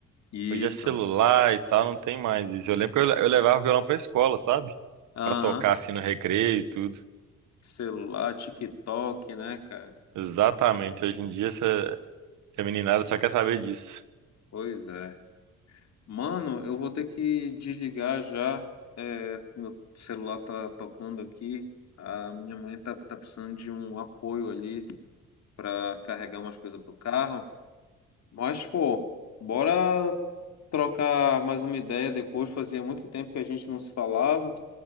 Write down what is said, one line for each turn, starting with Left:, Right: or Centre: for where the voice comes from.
Left: Isso.
Right: Hoje é celular e tal, não tem mais isso. Eu lembro que eu, le- eu levava o violão pra escola, sabe?
Left: Aham.
Right: Pra tocar assim no recreio e tudo.
Left: Celular, TikTok, né, cara?
Right: Exatamente. Hoje em dia essa, essa meninada só quer saber disso.
Left: Pois é. Mano, eu vou ter que desligar já. É, meu celular tá tocando aqui. A minha mãe tá, tá precisando de um apoio ali para carregar umas coisas pro carro. Mas, pô, bora trocar mais uma ideia depois. Fazia muito tempo que a gente não se falava.